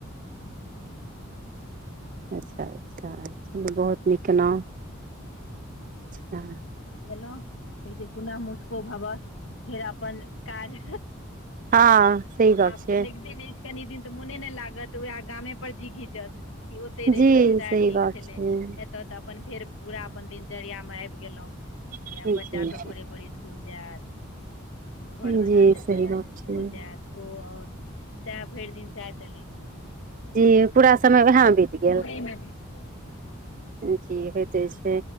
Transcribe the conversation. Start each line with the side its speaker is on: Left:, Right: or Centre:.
Left: ह ग ग्ड <unintelligible>
Right: अच्छा अच्छा चलू बहुत नीक केलौं अच्छा
Left: एलहुं फेर कहै छै पुनः मुस्को भवह फेर अपन काज
Right: हँ सही गप
Left: आब
Right: छै
Left: तऽ लैगते नहि कनि दिन तऽ मोने नय लागत उह गामे पर जी घिचत कि ओतै रहितौं
Right: जी
Left: सएह
Right: सही
Left: ठीक
Right: गप
Left: छलै
Right: छै
Left: त त अपन फेर पूरा अपन दिनचर्या में आबि गेलौं
Right: जी
Left: या बच्चा
Right: जी
Left: सब भोरे भोरे इसकुल जायत घरवला
Right: जी
Left: जेतैथ
Right: सही गप छै
Left: ओ जायत ओ आउत सएह भरि दिन सएह चलै छै
Right: जी पूरा समय वेहे मे बीत गेल
Left: ओहि मे भी छै
Right: जी होइते छै